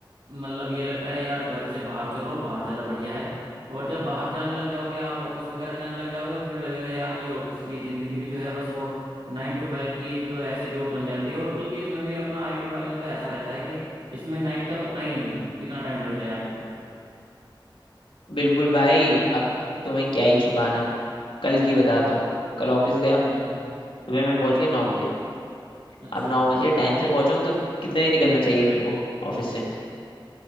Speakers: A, on the right; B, on the left.
A: मतलब ये लगता है यार घर से बाहर चलो बाहर ज़्यादा बढ़िया है और जब बाहर जाने लग जाओगे आप ऑफिस वगैरह जाने लग जाओगे तो फिर लगेगा यार ये ऑफिस की ज़िंदगी भी जो है बस वो नाइन टू फाइव की एक ऐसी जॉब बन जाती है और बल्कि इसमें भी अपना आईटी वाले में तो ऐसा रहता है कि इसमें नाइट का तो पता ही नहीं है कितना टाइम लग जाए आपको
B: बिल्कुल भाई अब तुम्हें क्या ही छुपाना कल की बताता हूँ कल ऑफिस गया
A: हम्म
B: सुबह मैं पहुंच गया नौ बजे
A: अच्छा
B: अब नौ बजे टाइम से पहुंचा हूँ तो कितने बजे निकलना चाहिए मेरे को ऑफिस से